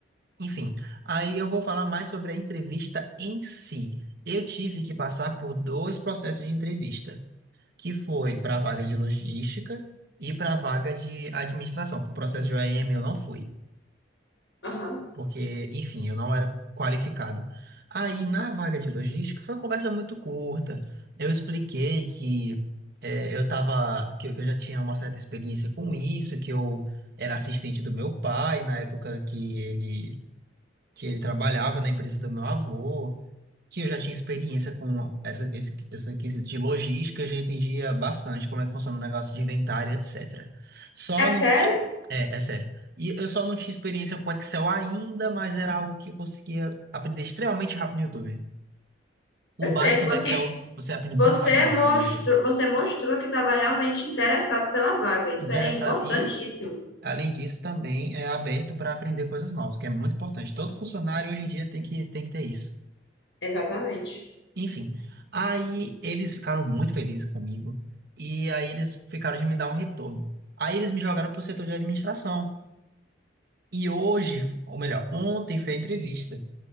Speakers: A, on the right; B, on the left.
A: Enfim, aí eu vou falar mais sobre a entrevista em si. Eu tive que passar por dois processos de entrevista, que foi para a vaga de logística e para a vaga de administração. Para o processo de OEM eu não fui,
B: Aham.
A: porque, enfim, eu não era qualificado. Aí na vaga de logística foi uma conversa muito curta. Eu expliquei que eh, eu tava, que eu que eu já tinha uma certa experiência com isso, que eu era assistente do meu pai na época que ele que ele trabalhava na empresa do meu avô, que eu já tinha experiência com essa, esse, essa quesito de logística, eu já entendia bastante como é que funciona o negócio de inventário, etc. Só
B: É sério?
A: não. ti- É, é sério. E eu só não tinha experiência com Excel ainda, mas era algo que eu conseguia aprender extremamente rápido no YouTube. O
B: Perfeito.
A: básico
B: Você,
A: do Excel você aprende
B: você
A: muito rápido no
B: mostrou,
A: Ex- no YouTube.
B: você mostrou que estava realmente interessado pela vaga. Isso
A: Interessado.
B: é importantíssimo.
A: E, além disso, também é aberto para aprender coisas novas, que é muito importante. Todo funcionário hoje em dia tem que, tem que ter isso.
B: Exatamente.
A: Enfim, aí eles ficaram muito felizes comigo e aí eles ficaram de me dar um retorno. Aí eles me jogaram pro setor de administração. E hoje, ou melhor, ontem foi a entrevista,